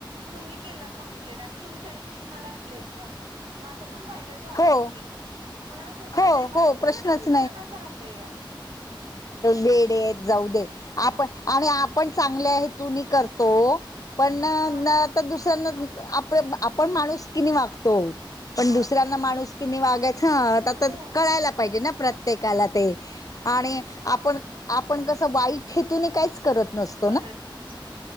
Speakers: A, on the right; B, on the left.
A: तुम्ही केला. कम्प्लीट आता तुमचे ऐंशी माझा पण फायदा झा
B: हो
A: की म अस असत
B: हो
A: ते बाकीच्या
B: हो प्रश्नच
A: समज झाल या.
B: वेडेत जाऊ दे आपण आणि आपण चांगले आहे तून म करतो पण
A: हा
B: न तर दुसऱ्यांना आप आपण माणूस कि नाही वागतो. तो पण
A: हा
B: दुसऱ्यांना
A: ना
B: माणूसकीनी वागायचं
A: नाही
B: आता तर
A: हो
B: कळायला पाहिजे ना प्रत्येकाला ते
A: हा
B: आणि
A: ना
B: आपण आपण कसं वाईट हेतूने काहीच करत नसत
A: करत नसतो